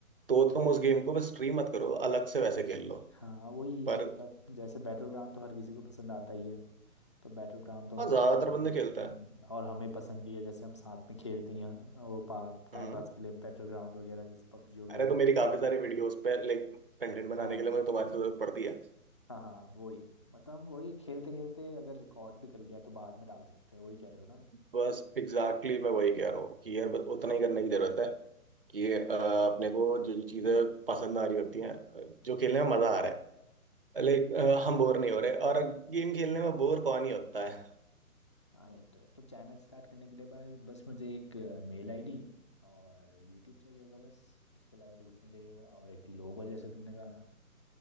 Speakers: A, on the right; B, on the left.
A: तो
B: हाँ
A: तुम उस गेम को बस स्ट्रीम मत करो अलग से वैसे खेल लो
B: हाँ, वही
A: पर
B: मतलब जैसे बैटल ग्राउंड तो हर किसी को पसंद आता ही है तो बैटल ग्राउंड तो
A: हाँ
B: हम
A: ज्यादातर
B: खेल हम्म,
A: बंदे खेलता है
B: और हमें पसंद भी है जैसे हम साथ में खेलते ही हैं वो पा, टाइम
A: हम्म
B: पास के लिए बैटल ग्राउंड वगैरह जैसे पबजी हो गया
A: अरे
B: Valorant
A: तो मेरी काफी
B: हो
A: सारी
B: गया
A: वीडियोस पे लाइक कंटेंट बनाने
B: हाँ
A: के लिए मुझे तुम्हारी जरूरत पड़ती है
B: हाँ हाँ वही मतलब हम वही खेलते खेलते अगर रिकॉर्ड भी कर लिया तो बाद में डाल सकते हैं वही कह रहे हो ना तुम
A: बस एग्जैक्टली exactly मैं वही कह रहा हूँ कि यार बस उतना ही करने की जरूरत है कि अ, अपने को जो जो चीजें पसंद आ रही होती हैं जो खेलने में मजा आ रहा है लाइक हम बोर नहीं हो रहे और गेम खेलने में बोर कौन ही होता है
B: हाँ ये तो है। तो चैनल स्टार्ट करने के लिए भाई बस मुझे एक मेल आईडी और यूट्यूब चाहिए होगा बस उसके अलावा तो कुछ नहीं चाहिए होगा और एक लोगो जैसे तुमने कहा